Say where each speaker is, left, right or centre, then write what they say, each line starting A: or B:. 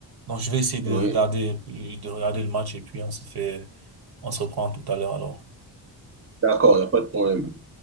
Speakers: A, on the right; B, on the right.
A: Donc, je vais essayer de
B: Oui,
A: regarder, de regarder le match et puis on se fait, on se reprend tout à l'heure alors.
B: d'accord, il n'y a pas de problème.